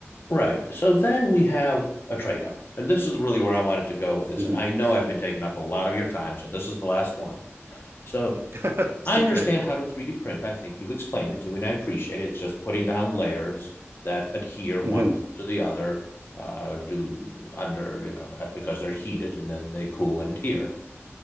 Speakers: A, on the left; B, on the right.
A: right. So then we have a trade off. And this is really where I wanted to go with this.
B: hmm
A: And I know I've been taking up a lot of your time. So this is the last one. So
B: <laughs> It's
A: I
B: okay.
A: understand how to 3D print. I think you've explained it to me, and I appreciate it. It's just putting down layers that adhere one
B: hmm
A: to the other, uh, do under, you know, uh, because they're heated and then they cool and adhere.